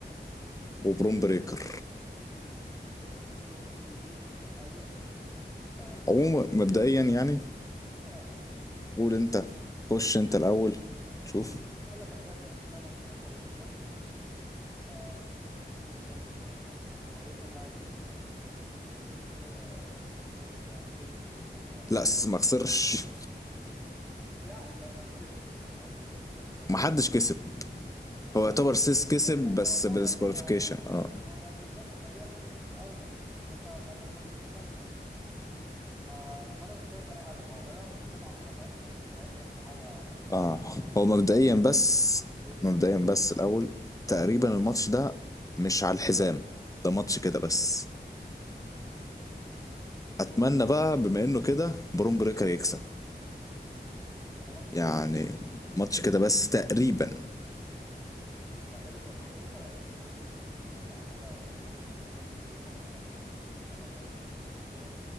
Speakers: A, on the left; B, in the centre.
A: وبروم بريكر
B: جاست مي اوس ايوه آه ضد
A: عموما
B: برون
A: مبدئيا
B: بريكر
A: يعني
B: انا ش... اه
A: قول انت خش انت الاول شوف
B: كنت اقول لك انا شايف ان الماتش ده ملوش اي 30 لازمه آه <laughs> ان آه، هو لسه ملاعب سيس وسيس خ... آه، سيس خسر فاكر مش برون بريكر ولا
A: لا
B: هيكسب
A: سيس ما خسرش
B: بس يعني ما ما كسبش يعني قصدي سيس ما كسبش
A: محدش كسب هو
B: اه
A: يعتبر
B: الديسكواليفيكيشن
A: سيس كسب بس
B: يعتبر
A: بالديسكواليفيكيشن
B: فهو
A: اه
B: بالظبط فدي ما بتفرقش قوي لان كده كده ساعتها البطل بيكمل آه فانا مش شايف اي هدف هو غالبا الماتش ده معمول هيحصل فيه هيحصل فيه حاجه هو ب-
A: اه
B: مش هيبقى معمول
A: هو
B: كده
A: مبدئيا
B: يعني ده
A: بس
B: في تويست
A: مبدئيا
B: هتحصل
A: بس الاول تقريبا الماتش ده مش على الحزام ده ماتش كده بس
B: امم اوه
A: اتمنى بقى بما انه كده بروم بريكر يكسب
B: ده ماتش
A: يعني
B: كده بس
A: ماتش كده بس تقريبا
B: ده غير ان بروم بريكر هيكسب فهم مش خسرانين يعني حتى غير ان بروم بريكر يكسب او لا هم مش خسرانين حاجه وممكن حرفيا